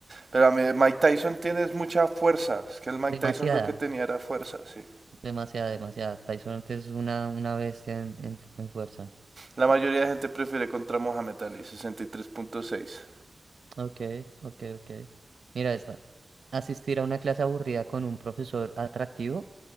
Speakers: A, on the right; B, on the right.
A: Pero a mí, Mike Tyson tiene mucha fuerza. Es que el Mike
B: Demasiada,
A: Tyson lo que tenía era fuerza, sí.
B: demasiada, demasiada. Tyson es una, una bestia en, en, en fuerza.
A: La mayoría de gente prefiere contra Mohamed Ali, 63.6.
B: Ok, ok, ok. Mira esta. Asistir a una clase aburrida con un profesor atractivo